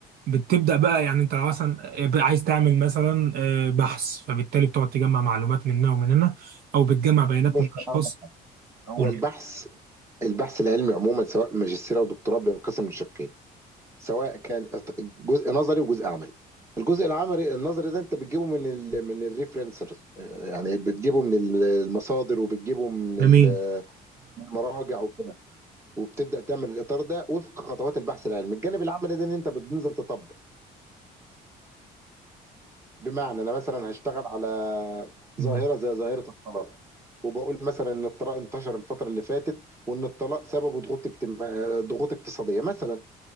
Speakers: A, on the right; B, on the right.
A: بتبدا بقى يعني انت مثلا بقى عايز تعمل مثلا آه، بحث فبالتالي بتقعد تجمع معلومات من هنا ومن هنا او بتجمع بيانات
B: بص
A: من اشخاص
B: أنا هقول لك، هو
A: قول
B: البحث
A: لي.
B: البحث العلمي عموما سواء ماجستير او دكتوراه بينقسم لشقين سواء كان جزء نظري وجزء عملي الجزء العملي النظري ده انت بتجيبه من ال من الريفرنسرز يعني بتجيبه من ال- المصادر وبتجيبه من
A: جميل
B: ال- من المراجع وكده وبتبدا تعمل الاطار ده وفق خطوات البحث العلمي الجانب العملي ده ان انت بتنزل تطبق بمعنى انا مثلا هشتغل على
A: امم
B: ظاهره زي ظاهره الطلاق وبقول مثلا ان الطلاق انتشر الفتره اللي فاتت وان الطلاق سببه ضغوط اجتماع ضغوط اقتصاديه مثلا